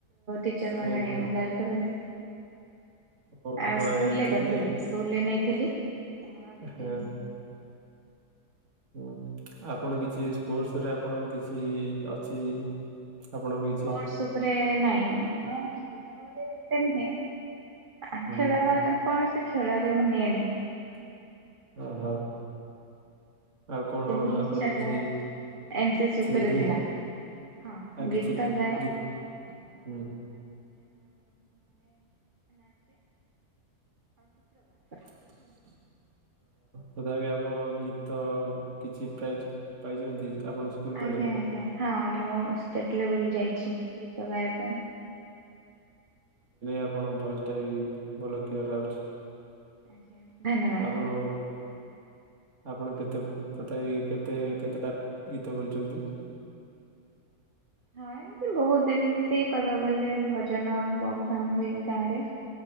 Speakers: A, on the right; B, on the right.
A: ଟିଚର୍
B: କାଇଁ
A: ମାନେ ଗାଳି କରନ୍ତି।
B: ଓ
A: ଆ,
B: ଡ
A: ସ୍କୁଲ
B: ଏଥିଲାଗି
A: ରେ କ--ଥିଲି, ସ୍କୁଲ ରେ ନେଇଥିଲି ତ ମୁଁ ଆଉ ନେଲିନି।
B: ହଁ ହୁଁ, ଆପଣ କିଛି ସ୍ପୋ--ସ୍‌ ରେ ଆପଣ କିଛି ଅଛି ଆପଣଙ୍କ କିଛି
A: ସ୍ପୋର୍ଟସ୍‌ ଉପ୍ରେ ନାଇଁ, ମୁଁ ଖେଳରେ ଏତେ ନୁହେଁ।
B: ହୁଁ
A: କୋଣସି, ଖେଳରେ ମୁଁ ନିଏନି।
B: <inaudible> ଆଉ କଣ
A: କିନ୍ତୁ ଇଚ୍ଛା
B: ଆପଣ କିଛି
A: ଟା ଏନ୍‌ସି ଉପରେ
B: ସିଙ୍ଗିଂ
A: ଥିଲା। ହଁ!
B: ଆଉ କିଛି
A: ଗୀତ
B: ଗୀ
A: ଗାଏ।
B: ଗୀ ହୁଁ
A: <inaudible>
B: ହୁଁ ତଥା ଆପଣ ଗୀତ କିଛି ପ୍ରାଇଜ୍‌ ପାଇଚନ୍ତି ଆପଣ? ସ୍କୁଲ
A: ଆଜ୍ଞା
B: ବେଳେ
A: ଆଜ୍ଞା ହଁ, ମୁଁ ଷ୍ଟେଟ୍ ଲେବୁଲ୍ ଯାଇଛି ଗୀତ ଗାଇବା ପାଇଁ।
B: ଆପଣ ଭଏସ୍‌ ଟା ବି ଭଲ କ୍ଳିଅର ଆଉ
A: ଆଜ୍ଞା ଧନ୍ୟବାଦ।
B: ଆପଣ ଆପଣ କେତେ ତଥାପି କେତେ କେତେଟା ଗୀତ ବୋଲିଚନ୍ତି?
A: ହଁ ଏମିତି ବହୁତ ଏମତି କହିବାକୁ ଗଲେ ଭଜନ ପ୍ରୋଗ୍ରାମ ହୁଏ ଗାଁରେ।